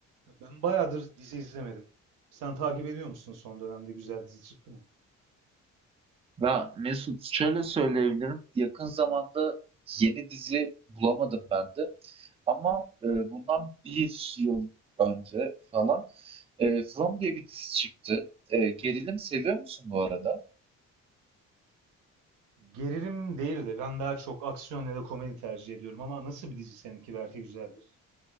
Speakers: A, on the right; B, on the right.
A: Ya Ben bayağıdır dizi izlemedim. Sen takip ediyor musun son dönemde güzel dizi çıktı mı?
B: Ya Mesut şöyle söyleyebilirim. Yakın zamanda yeni dizi bulamadım ben de. Ama e, bundan bir yıl önce falan e, From diye bir dizi çıktı. E, gerilim seviyor musun bu arada?
A: Gerilim değil de ben daha çok aksiyon ya da komedi tercih ediyorum ama nasıl bir dizi seninki belki güzeldir.